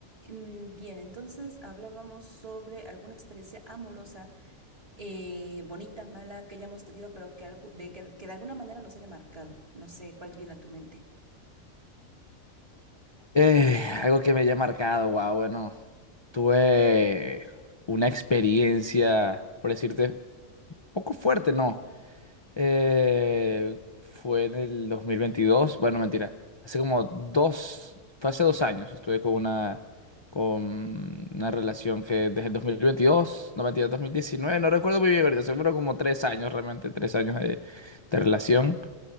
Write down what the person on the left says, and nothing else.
Eh, algo que me haya marcado, wow, bueno, tuve una experiencia, por decirte, poco fuerte, ¿no? Eh, fue en el 2022, bueno, mentira, hace como dos, fue hace dos años, estuve con una, con una relación que desde el 2022, no mentira, 2019, no recuerdo muy bien ahorita, seguro como tres años, realmente tres años de de relación